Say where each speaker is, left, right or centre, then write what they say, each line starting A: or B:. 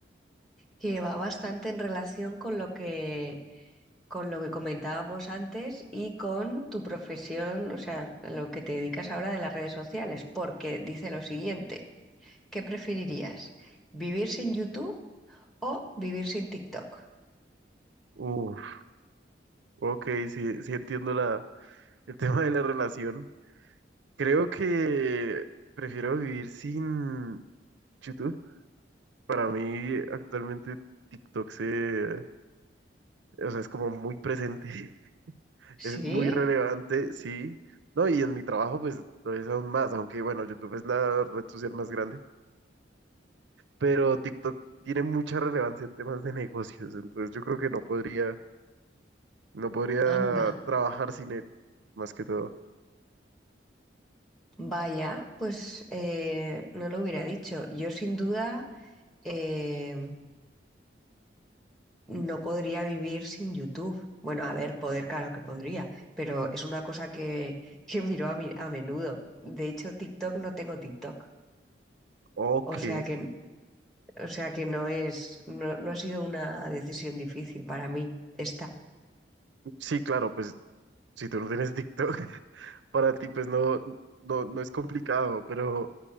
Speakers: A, in the centre; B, on the right (about 75°).
A: que va bastante en relación con lo que, con lo que comentábamos antes y con tu profesión, o sea, a lo que te dedicas ahora de las redes sociales, porque dice lo siguiente, ¿qué preferirías? ¿Vivir sin YouTube o vivir sin TikTok?
B: Uf, ok, sí, sí entiendo la, el <laughs> tema de la relación. Creo que prefiero vivir sin YouTube. Para mí, actualmente TikTok se, o sea, es como muy presente, <laughs>
A: ¿Sí?
B: es muy relevante, sí. No, y en mi trabajo, pues lo es aún más, aunque bueno, YouTube es la red social más grande. pero TikTok tiene mucha relevancia en temas de negocios, entonces yo creo que no podría, no podría
A: Anda,
B: trabajar sin él, más que todo.
A: vaya, pues eh, no lo hubiera dicho. Yo sin duda eh, no podría vivir sin YouTube. Bueno, a ver, poder, claro que podría, pero es una cosa que, <laughs> que miro a, mi- a menudo. De hecho, TikTok no tengo TikTok.
B: Ok,
A: O sea que, o sea que no es, no, no ha sido una decisión difícil para mí. Esta,
B: sí, claro, pues si tú no tienes TikTok, <laughs> para ti pues no, no, no es complicado, pero